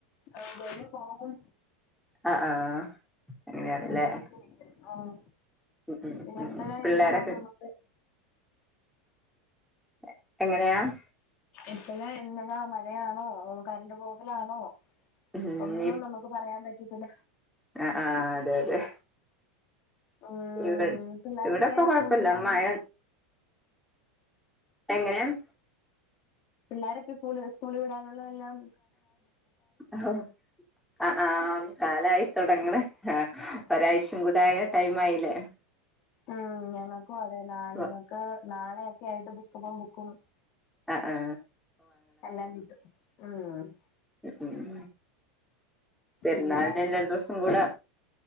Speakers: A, on the left; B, in the centre.
A: ഏഹ് വരൂ പോവും
B: അഹ് ആഹ് അങ്ങെനേണ്
A: അങ്ങനെയൊക്കെ
B: ല്ലേ
A: നിക്കും ആഹ്
B: ഉം
A: പിന്നെ
B: ഉം
A: എപ്പഴാ
B: ഉം പിള്ളേരൊക്കെ
A: എന്താവാ നമുക്ക്
B: എ എങ്ങെനെയാം
A: എപ്പഴാ എന്നതാ മഴയാണോ അതോ കരന്റ് പോകലാണോ
B: ഉം
A: ഒന്നും നമുക്ക് പറയാം പറ്റത്തില്ല
B: അഹ് ആഹ് അതെ അതെ
A: ഉം
B: ഇവ്ടെ
A: പിള്ളോരൊക്കെ
B: ഇവ്ടെപ്പ കാെഴപ്പല്ല
A: സ്കൂളിൽ വിടാനുള്ള
B: മയ എങ്ങെനെയാം
A: പിള്ളാരൊക്കെ സ്കൂള് സ്കൂളി വിടാന്ള്ളെതെല്ലാം
B: ഓഹ് അഹ് ആഹ് കാലായ് താെടങ്ങ്ണ് ഒരായ്ച്ചിം കൂട്യായാ ടൈമായ്ലേ
A: ഉം ഞങ്ങക്കും അതെ നാ ഞങ്ങക്ക്
B: ഓ,
A: നാളെയൊക്കെ ആയിട്ട് പുസ്തകോം ബുക്കും
B: അഹ് ആഹ്
A: എല്ലാം കിട്ടും ഉം
B: ഉം പെര്ന്നാൾന്റെ
A: പിന്നെ
B: എല്ലാ ഡ്രസ്സും കൂട